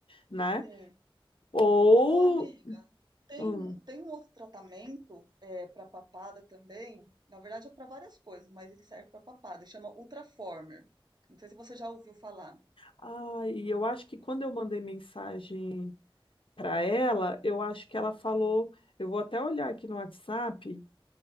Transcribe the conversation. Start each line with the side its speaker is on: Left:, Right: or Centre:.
Left: né?
Right: Sim.
Left: Ou.
Right: Ô, ô, amiga, tem,
Left: Hum,
Right: tem um outro tratamento é, para papada também. Na verdade, é para várias coisas, mas ele serve para papada. Chama Ultraformer. Não sei se você já ouviu falar.
Left: ai, eu acho que quando eu mandei mensagem para ela, eu acho que ela falou. Eu vou até olhar aqui no WhatsApp.